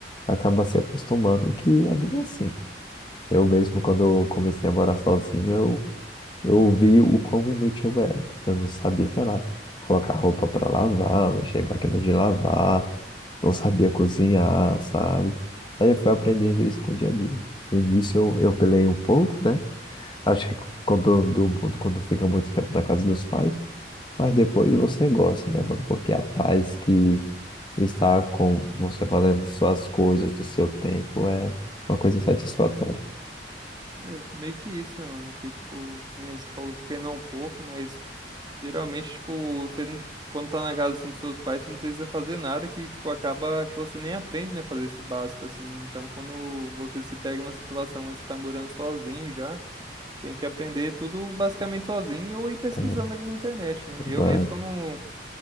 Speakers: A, on the left (about 25°); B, on the right (about 25°).
A: acaba se acostumando que a vida é assim. Eu mesmo, quando eu comecei a morar sozinho, eu eu vi o quão inútil eu era. Eu não sabia, sei lá, colocar roupa pra lavar, mexer em máquina de lavar, não sabia cozinhar, sabe? Aí eu fui aprendendo isso com o dia a dia. No início eu, eu pelei um pouco, né? Acho que quando do mundo, quando fica muito tempo na casa dos pais, mas depois você gosta, né, mano? Porque a paz que está com você fazendo suas coisas do seu tempo é uma coisa satisfatória.
B: É meio que isso, né, mano? Que, tipo, que nem você falou que penou um pouco, mas. Geralmente, tipo, você não, quando tá na casa assim dos seus pais, você não precisa fazer nada que, tipo, acaba que você nem aprende, né, fazer esse básico assim. Então, quando você se pega numa situação onde você tá morando sozinho já, você tem que aprender tudo basicamente sozinho ou ir pesquisando
A: É,
B: ali na internet, né? Eu
A: Mano,
B: mesmo, quando